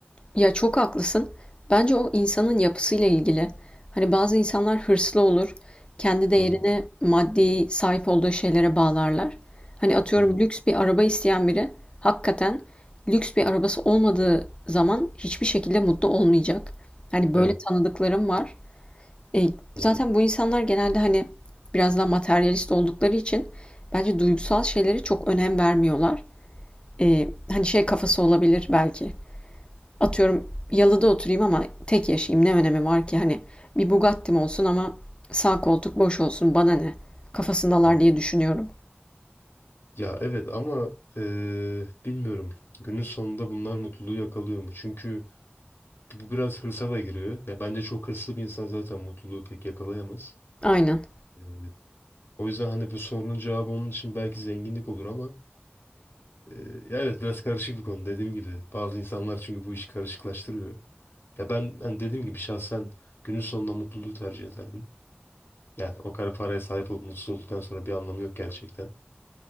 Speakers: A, on the left; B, on the left.
A: Ya çok haklısın. Bence o insanın yapısıyla ilgili. Hani bazı insanlar hırslı olur. Kendi değerini
B: Hı
A: maddi sahip olduğu şeylere bağlarlar. Hani atıyorum
B: hı. hı.
A: lüks bir araba isteyen biri hakikaten lüks bir arabası olmadığı zaman hiçbir şekilde mutlu olmayacak. Hani böyle
B: Evet.
A: tanıdıklarım var. E, zaten
B: Hı hı,
A: bu insanlar genelde hani biraz daha materyalist oldukları için bence duygusal şeylere çok önem vermiyorlar. E, hani şey kafası olabilir belki. Atıyorum yalıda oturayım ama tek yaşayayım ne önemi var ki hani bir Bugatti'm olsun ama sağ koltuk boş olsun bana ne kafasındalar
B: hı.
A: diye düşünüyorum.
B: Ya evet ama e, bilmiyorum. Günün sonunda bunlar mutluluğu yakalıyor mu? Çünkü Bu biraz hırsa da giriyor. Ya bence çok hırslı bir insan zaten mutluluğu pek yakalayamaz.
A: Aynen
B: Ee, o yüzden hani bu sorunun cevabı onun için belki zenginlik olur ama e, ya evet biraz karışık bir konu dediğim gibi. Bazı insanlar çünkü bu işi karışıklaştırıyor. Ya ben hani dediğim gibi şahsen günün sonunda mutluluğu tercih ederdim. Yani o kadar paraya sahip olup mutsuz olduktan sonra bir anlamı yok gerçekten.